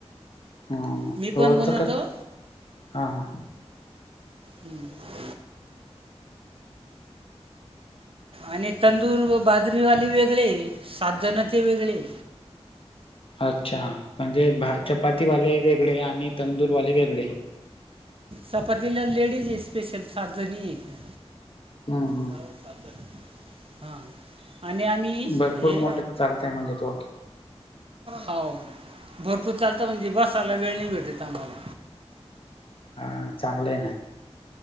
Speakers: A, on the left; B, on the right.
A: ह
B: मी पण
A: रोचक
B: बनवतो
A: हा हा.
B: हम्म आणि तंदूर बाजरीवाले वेगळे सात जणते वेगळे.
A: अच्छा म्हणजे भा चपातीवाले वेगळे आणि तंदूरवाले वेगळे.
B: चपातीला लेडीज आहे स्पेशल सात जणी आहे त्या
A: हम्म हम्म
B: जाव ताजत. हा आणि आम्ही
A: भरपूर
B: हे.
A: मोठे चालतंय म्हणजे थोडक्यात
B: हो भरपूर चालत म्हणजे बसायला वेळ नाही भेटत आम्हाला.
A: हा चांगलं आहे ना